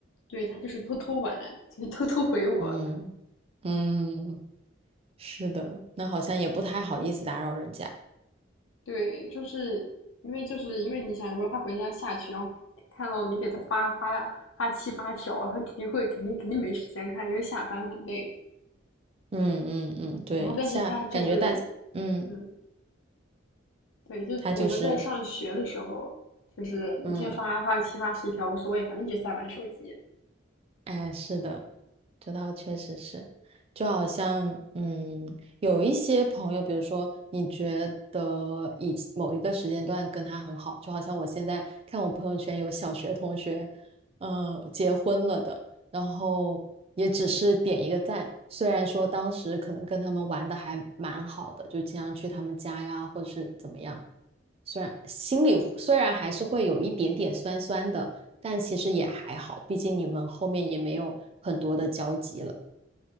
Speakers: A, on the left; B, on the right.
A: 对他就是偷偷玩，就是偷偷回我。
B: 嗯嗯，是的，那好像也不太好意思打扰人家，
A: 对，就是因为就是因为你想，如果他回家下去，然后看到你给他发发发七八条，他肯定会肯定肯定没时间看，因为下班很累。
B: 嗯嗯嗯，对，
A: 然后但是他就是，
B: 像感觉大，嗯，
A: 嗯，对，就我们在上学的时候，
B: 他就是，
A: 就是一天发发个七八十一条无所谓，
B: 嗯。
A: 反正一直在玩手机。
B: 哎，是的，这倒确实是，就好像，嗯，有一些朋友，比如说你觉得以前某一个时间段跟他很好，就好像我现在看我朋友圈有小学同学，嗯、结婚了的，然后也只是点一个赞，虽然说当时可能跟他们玩的还蛮好的，就经常去他们家呀，或是怎么样。虽然心里虽然还是会有一点点酸酸的，但其实也还好，毕竟你们后面也没有很多的交集了。